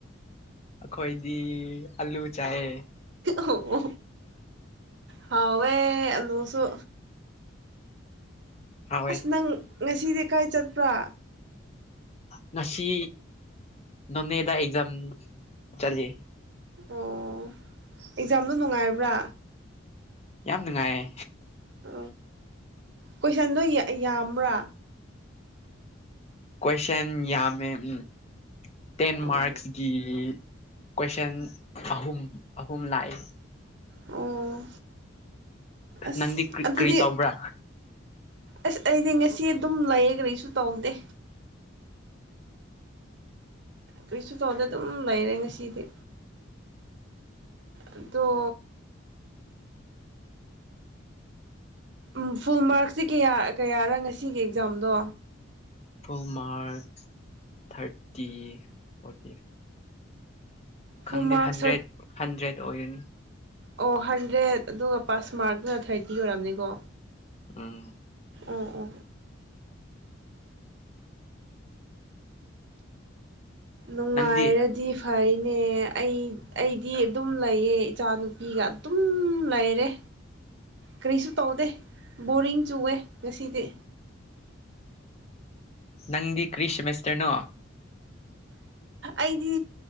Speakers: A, on the left (about 30°); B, on the right (about 60°).
A: ꯑꯩꯈꯣꯏꯗꯤ ꯑꯂꯨ ꯆꯌꯦ
B: ꯑꯣ ꯍꯋꯦ ꯂꯣꯁꯨ
A: ꯍꯥꯎꯋꯦ
B: ꯑꯁ ꯅꯪ ꯉꯁꯤꯗꯤ ꯀꯥꯏ ꯆꯠꯄ꯭ꯔꯥ
A: ꯉꯁꯤ ꯅꯣꯅꯦꯗꯥ ꯑꯦꯛꯖꯥꯝ ꯆꯂꯦ
B: ꯑꯣ ꯑꯦꯛꯖꯥꯝꯗꯣ ꯅꯨꯡꯉꯥꯏꯕ꯭ꯔꯥ
A: ꯌꯥꯝ ꯅꯨꯡꯉꯥꯏꯌꯦ
B: ꯑ ꯀꯣꯏꯁꯟꯗꯣ ꯌꯥꯝꯕ꯭ꯔꯥ
A: ꯀꯣꯏꯁꯟ ꯌꯥꯝꯃꯦ ꯎꯝ ꯇꯦꯟ
B: ꯑꯣ
A: ꯃꯥꯔꯛꯁꯀꯤ ꯀꯣꯏꯁꯟ ꯑꯍꯨꯝ ꯑꯍꯨꯝ ꯂꯥꯛꯑꯦ
B: ꯑꯣ ꯑꯁ
A: ꯅꯪꯗꯤ ꯀ꯭ꯔꯤ
B: ꯑꯗꯨꯗꯤ
A: ꯀ꯭ꯔꯤ ꯇꯧꯕ꯭ꯔꯥ
B: ꯑꯁ ꯑꯩꯗꯤ ꯉꯁꯤ ꯑꯗꯨꯝ ꯂꯩꯌꯦ ꯀꯔꯤꯩꯁꯨ ꯇꯧꯗꯦ ꯀ꯭ꯔꯤꯁꯇ ꯇꯣꯗ ꯑꯗꯨꯝ ꯂꯩꯔꯦ ꯉꯁꯤꯗꯤ ꯑꯗꯣ ꯎꯝ ꯐꯨꯜ ꯃꯥꯔꯛꯁꯤ ꯀꯌꯥ ꯀꯌꯥꯔ ꯉꯁꯤꯒꯤ ꯑꯦꯛꯖꯥꯝꯗꯣ
A: ꯐꯣꯔ ꯃꯥꯔꯆ ꯊꯥꯔꯇꯤ ꯐꯣꯔꯇꯤ ꯐꯚ
B: ꯐꯨꯜ
A: ꯈꯪꯗꯦ
B: ꯃꯥꯔꯛ
A: ꯍꯟꯗ꯭ꯔꯦꯠ
B: ꯁꯔꯠ
A: ꯍꯟꯗ꯭ꯔꯦꯠ ꯑꯣꯏꯅꯤ
B: ꯑꯣ ꯍꯟꯗ꯭ꯔꯦꯠ ꯑꯗꯨꯒ ꯄꯥꯁꯃꯥꯔꯛꯅ ꯊꯥꯔꯇꯤ ꯑꯣꯏꯔꯝꯅꯤꯀꯣ
A: ꯎꯝ
B: ꯎ ꯑ ꯅꯨꯡꯉꯥꯏꯔꯗꯤ
A: ꯅꯪꯗꯤ
B: ꯐꯩꯅꯦ ꯑꯩ ꯑꯩꯗꯤ ꯑꯗꯨꯝ ꯂꯩꯌꯦ ꯏꯆꯥꯅꯨꯄꯤꯒ ꯑꯗꯨꯝ ꯂꯩꯔꯦ ꯀꯔꯤꯁꯨ ꯇꯧꯗꯦ ꯕꯣꯔꯤꯡ ꯆꯨꯋꯦ ꯉꯁꯤꯗꯤ
A: ꯅꯪꯗꯤ ꯀ꯭ꯔꯤꯁ ꯃꯦꯁꯇꯔꯅꯣ
B: ꯑꯩꯗꯤ